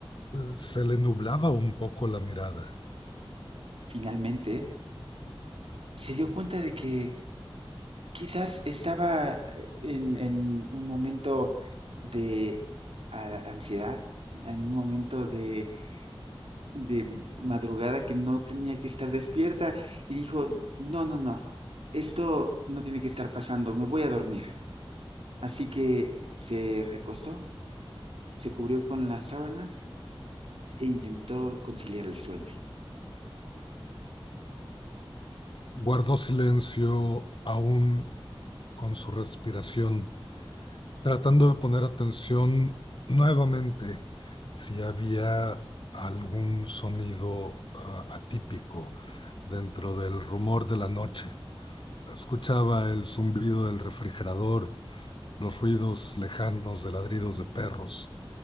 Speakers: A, on the left; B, on the right.
A: se le nublaba un poco la mirada.
B: Finalmente, se dio cuenta de que quizás estaba eh, en, en un momento de ansiedad, en un momento de de madrugada que no tenía que estar despierta y dijo, no, no, no, esto no tiene que estar pasando, me voy a dormir. Así que se recostó, se cubrió con las sábanas e intentó conciliar el sueño.
A: Guardó silencio aún con su respiración tratando de poner atención nuevamente si había algún sonido ah, atípico dentro del rumor de la noche. Escuchaba el zumbido del refrigerador, los ruidos lejanos de ladridos de perros,